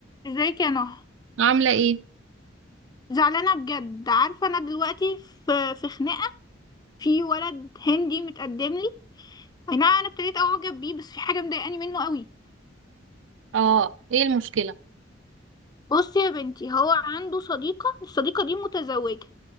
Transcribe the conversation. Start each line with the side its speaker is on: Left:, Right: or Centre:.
Left: ازيك يا نهى
Right: عاملة ايه؟
Left: زعلانه بجد عارفه انا دلوقتي في في خناقه في ولد هندي متقدم لي اي نعم انا ابتديت اعجب بيه بس في حاجه مضايقاني منه قوي
Right: اه ايه المشكلة؟
Left: بصي يا بنتي هو عنده صديقه الصديقه دي متزوجه